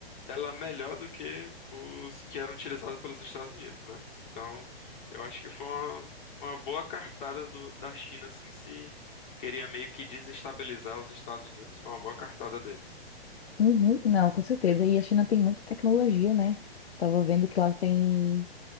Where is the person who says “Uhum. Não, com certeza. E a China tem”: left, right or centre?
Left